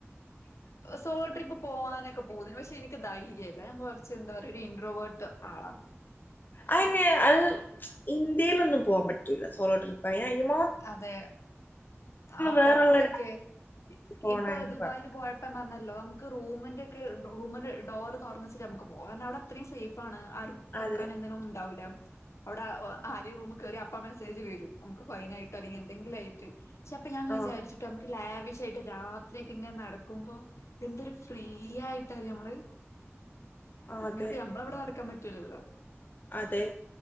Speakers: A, on the left; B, on the left.
A: സോളോ ട്രിപ്പ് പോവാനൊക്കെ പൂതിയാ പക്ഷെ എനിക്ക് ധൈ <unintelligible> കുറിച്ച് എന്താ പറയുക ഒരു ഇൻഡ്രോവേർട്ട് ആളാ
B: അയിന് അത് ഇന്ത്യയിലൊന്നും പോവാൻ പറ്റൂല സോളോ ട്രിപ്പായി <unintelligible>
A: അതെ ആ
B: വേറെയുള്ള
A: പുറത്തൊക്കെ
B: പോകണമെന്ന്
A: ഇപ്പൊ ദുബായിൽ
B: പറഞ്ഞു
A: പോയപ്പോ വന്നാലോ നമുക്ക് റൂമിന്റെ ഒക്കെ റൂമിന്റെ ഡോർ തുറന്ന് വെച്ചിട്ട് നമുക്ക് പോകാം കാരണം അവിടെ അത്രയും സേഫാണ് ആരും കക്കാൻ
B: അതെ
A: അങ്ങനെയൊന്നും ഉണ്ടാവൂല്ല അവിടെ ആര് റൂമിൽ കേയറിയാൽ അപ്പം മെസ്സേജ് വരും നമുക്ക് ഫൈൻ ആയിട്ട് ട്ട് അല്ലെങ്കിൽ എന്തെങ്കിലും ആയിട്ട് പക്ഷെ അപ്പം ഞാൻ
B: ആ
A: വിചാരിച്ചിട്ടോ നമുക്ക് ലാവിഷ് യിട്ട് രാത്രി ഒക്കെ ഇങ്ങനെ നടക്കുമ്പോ എന്തൊരു ഫ്രീയായിട്ടറിയാ നമ്മള്
B: ആ,
A: അങ്ങനെ
B: അതെ
A: ഇപ്പം നമ്മടെ അവിടെ നടക്കാൻ പറ്റ റ്റൂലല്ലോ
B: അതെ